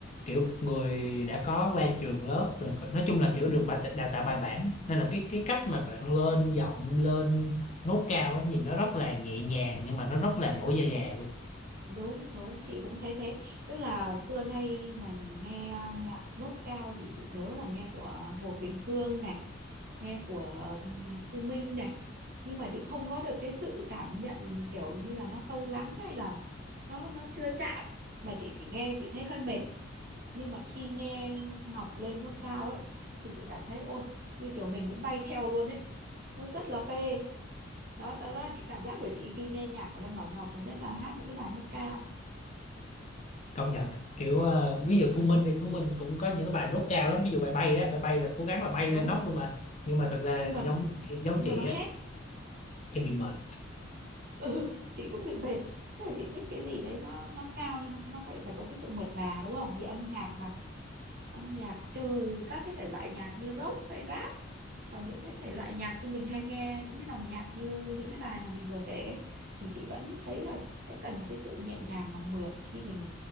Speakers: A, on the left; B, on the right.
A: kiểu người đã có qua trường lớp rồi có- nói chung là kiểu
B: ừ.
A: được bà- đào tạo bài bản nên là cái cái cách mà bạn lên giọng lên nốt cao ấy, nhìn nó rất là nhẹ nhàng nhưng mà nó rất là nổi da gà luôn
B: đúng đúng chị cũng thấy thế tức là xưa nay này mình nghe nhạc nốt cao thì chị nhớ là nghe của Hồ Quỳnh Hương này nghe của ừ, Thu Minh này nhưng mà chị không có được cái sự cảm nhận kiểu như là nó sâu lắng hay là nó nó chưa chạm mà chị chỉ nghe chị thấy hơi mệt nhưng mà khi nghe Ngọc lên nốt cao ấy thì chị cảm thấy ôi như kiểu mình cũng bay theo luôn ấy nó rất là phê đó đó, đó là cái cảm giác của chị khi nghe nhạc của Lâm Bảo Ngọc mà nhất là hát những cái bài nốt cao
A: công nhận kiểu ờ,
B: ừ,
A: ví dụ Thu Minh đi Thu Minh cũng có những cái bài nốt cao lắm ví dụ bài bay đó bài bay là cố gắng là bay
B: đúng
A: lên nóc luôn mà nhưng mà thật ra
B: nhưng mà
A: giống giống
B: nhưng
A: chị
B: mà nó
A: á
B: hét
A: em bị mệt
B: <laughs> ừ, chị cũng bị mệt Thế là chị thích cái gì đấy nó nó cao nhưng mà nó phải phải có cái sự mượt mà đúng không vì âm nhạc mà âm nhạc trừ các cái thể loại nhạc như rock hay rap còn những cái thể loại nhạc như mình hay nghe những cái dòng nhạc như những cái bài mà mình vừa kể ấy, thì chị vẫn thấy là sẽ cần một cái sự nhẹ nhàng và mượt khi mình